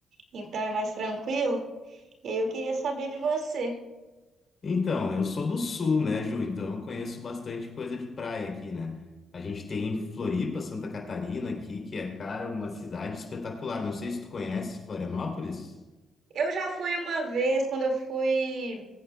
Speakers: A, on the right; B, on the left.
A: Então é mais tranquilo. E aí, eu queria saber de você.
B: Então, eu sou do sul, né, Ju? Então eu conheço bastante coisa de praia aqui, né? A gente tem Floripa, Santa Catarina aqui, que é, cara, uma cidade espetacular. Não sei se tu conhece Florianópolis.
A: Eu já fui uma vez, quando eu fui.